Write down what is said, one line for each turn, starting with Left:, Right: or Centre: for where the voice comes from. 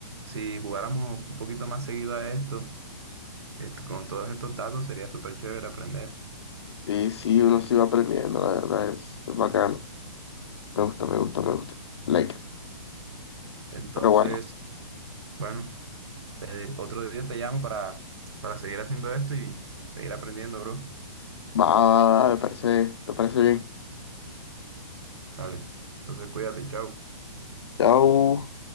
Right: si jugáramos un poquito más seguido a esto, esto- con todos estos datos sería súper chévere aprender.
Left: Y sí, uno se va aprendiendo, la verdad, es, es bacano. Me gusta, me gusta, me gusta. Like,
Right: Entonces,
Left: pero bueno,
Right: bueno, te- otro día te llamo para, para seguir haciendo esto y seguir aprendiendo, bro.
Left: va, va, va, me parece, me parece bien.
Right: Dale. Entonces, cuídate, chao.
Left: Chao.